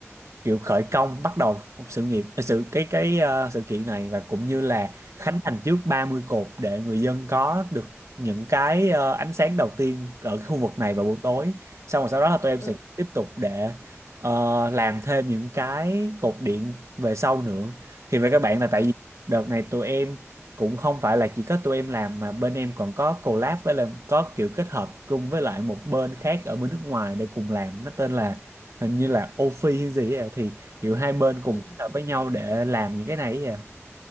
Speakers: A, on the right (about 75°); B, on the left (about 70°).
A: Kiểu khởi công bắt đầu một sự nghiệp ờ, sự cái cái ờ, sự kiện này Và cũng như là khánh
B: Ừ.
A: thành trước 30 cột Để người dân có được những cái ờ, ánh sáng đầu tiên Ở cái khu vực này vào buổi tối Xong rồi sau đó là tụi em
B: ừ.
A: sẽ tiếp tục để ờ, Làm thêm những cái cột điện về sau nữa Thì về các bạn là tại
B: ừ
A: vì đợt này tụi em cũng không phải là chỉ có tụi em làm mà bên em còn có collab với là có kiểu kết hợp chung với lại một bên khác ở bên nước ngoài để cùng làm nó tên là hình như là Ofi hay gì ấy, à, thì kiểu hai bên cùng
B: ừ
A: kết hợp với nhau để làm những cái này ấy à.